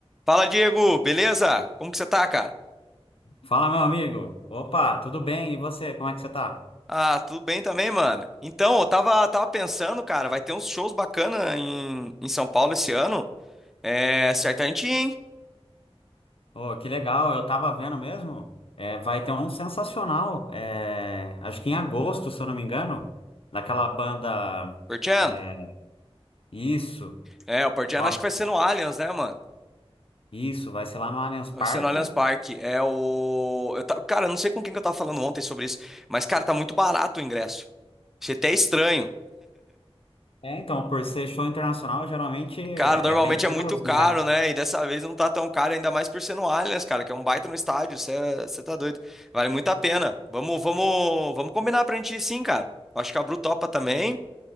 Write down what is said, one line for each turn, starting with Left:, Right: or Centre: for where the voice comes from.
Centre: Fala, Diego, beleza? Como que você tá, cara?
Left: Fala, meu amigo. Opa, tudo bem? E você, como é que você tá?
Centre: Ah, tudo bem também, mano. Então, eu tava, tava pensando, cara, vai ter uns shows bacana em, em São Paulo esse ano. É, certamente, hein?
Left: oh que legal, eu tava vendo mesmo. É, vai ter um sensacional, é, acho que em agosto, se eu não me engano, daquela banda.
Centre: Portiano.
Left: é, Isso,
Centre: É, o Portiano
Left: nossa,
Centre: acho que vai ser no Allianz, né, mano?
Left: isso, vai ser lá no Allianz Parque.
Centre: Vai ser no Allianz Parque. É o... Eu ta- Cara, eu não sei com quem que eu tava falando ontem sobre isso, mas, cara, tá muito barato o ingresso. Achei até estranho.
Left: É, então, por ser show internacional, geralmente é
Centre: Cara, normalmente
Left: bem caro
Centre: é muito
Left: os
Centre: caro,
Left: ingressos.
Centre: né? E dessa vez não tá tão caro, ainda mais por ser no Allianz, cara, que é um baita no estádio. Você tá doido. Vale muito a pena. Vamos, vamos, vamos combinar pra gente ir sim, cara. Acho que a Bru topa também.